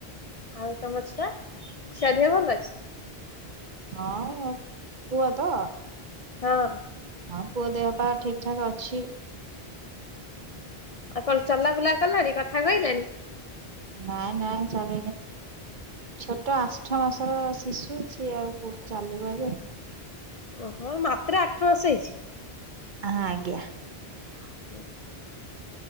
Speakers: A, on the left; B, on the right.
A: ଆଉ ତମ ଛୁଆ ଛୁଆ ଦେହ ଭଲ ଅଛି?
B: ହଁ ପୁଅ ତ
A: ହଁ।
B: ହଁ ପୁଅ ଦେହ ପା ଠିକ ଠାକ ଅଛି।
A: ଆଉ କଣ ଚଲାବୁଲା କଲାଣି କଥା କହିଲାଣି।
B: ନାଇଁ ନାଇଁ ଚାଲିନି। ଛୋଟ ଆଠ ମାସର ଦିଶୁଛି ଆଉ କୋଉଠି ଚାଲିବ ଏବେ।
A: ଓହୋ ମାତ୍ର ଆଠ ମାସ ହେଇଛି।
B: ହଁ ଆଜ୍ଞା।
A: <unintelligible>